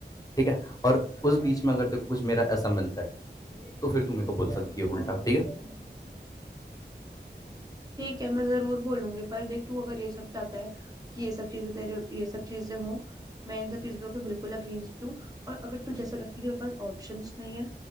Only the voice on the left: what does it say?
ठीक है और उस बीच में अगर तेरे को कुछ मेरा ऐसा मिलता है तो फिर तू मेरे को बोल सकती है उल्टा ठीक है